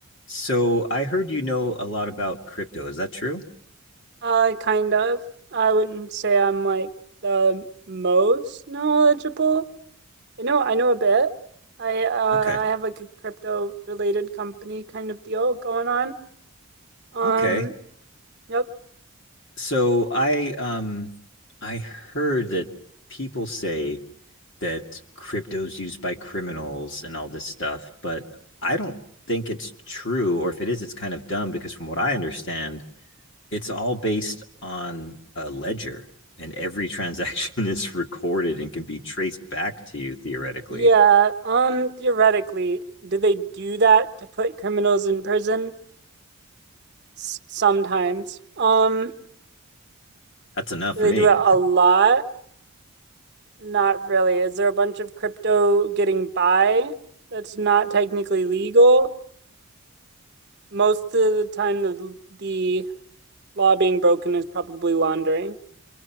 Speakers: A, on the left; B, on the right.
A: So I heard you know a lot about crypto. Is that true?
B: Uh, kind of. I wouldn't say I'm like the most knowledgeable. I know I know a bit. I uh
A: Okay.
B: I have like a crypto related company kind of deal going on. Um,
A: Okay.
B: yep.
A: So I um I heard that people say that crypto's used by criminals and all this stuff, but I don't think it's true, or if it is, it's kind of dumb because from what I understand, it's all based on a ledger and every transaction <laughs> is recorded and can be traced back to you theoretically.
B: Yeah, um theoretically, do they do that to put criminals in prison? S sometimes. Um,
A: That's enough
B: do
A: for
B: they
A: me.
B: do it a lot? Not really. Is there a bunch of crypto getting by that's not technically legal? Most of the time, the the law being broken is probably laundering,